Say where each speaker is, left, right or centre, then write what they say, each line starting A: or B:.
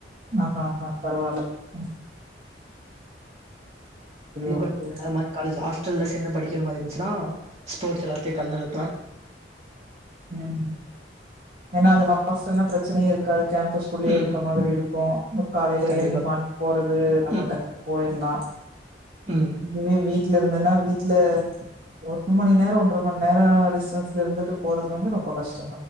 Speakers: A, on the right; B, on the right.
A: ஆ ஆ ஆ பரவால்ல ம்
B: இதுமாரி
A: ஓகே
B: அதுமாரி காலேஜு ஆஸ் டல்ல சேந்து படிக்கிற மாரி இருந்ச்சுன்னா ஸ்போர்ட்ஸ் எல்லாத்தியு கலந்துருப்ப
A: ம் ஏனா அது ஹாஸ்டல்னா பிரச்சனையே இருக்காது கேம் பஸ் குள்ளயே
B: ம்.
A: இருக்க மாதிரி இருக்கு காலேல
B: கண்டிப்பா.
A: ஏர்லி மார்னிங் போறது நம்ம
B: ம்,
A: டக்குன் போயர்லா
B: ம்.
A: இதுவே வீ ட்ல இருந்தனா வீட்ல ஒரு மணி நேரோ ஒன்ற மண் நேரோ டிஸ்டன்ஸ்ல இருந்துட்டு போறது வந்து ரொம்ப கஷ்